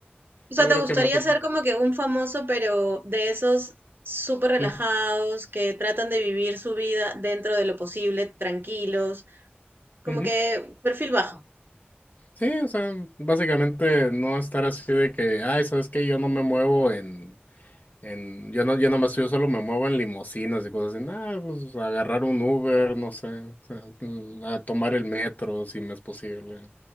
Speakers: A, on the right (about 60°); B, on the left (about 45°).
A: O sea,
B: yo
A: ¿te
B: creo
A: gustaría
B: que más o
A: ser
B: menos.
A: como que un famoso, pero de esos súper relajados,
B: Ujú,
A: que tratan de vivir su vida dentro de lo posible, tranquilos, como
B: ujú.
A: que perfil bajo?
B: Sí, o sea, básicamente no estar así de que, ay, ¿sabes qué? Yo no me muevo en, en, yo no, yo nomás, yo solo me muevo en limusinas y cosas así. Nada, pues agarrar un Uber, no sé, o sea, mm, a tomar el metro si me es posible,